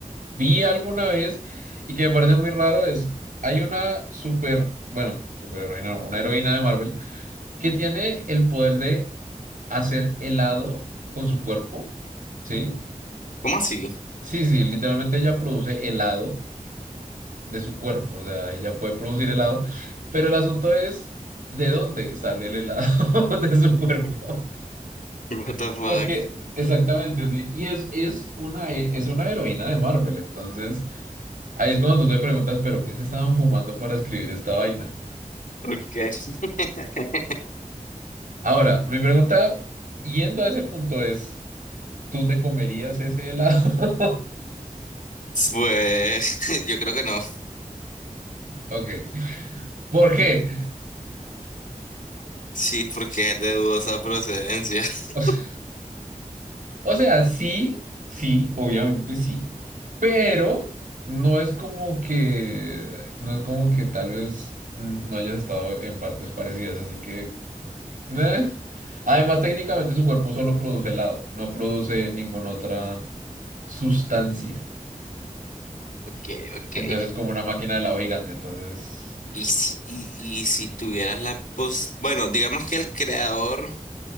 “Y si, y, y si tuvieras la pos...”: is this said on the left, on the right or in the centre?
Left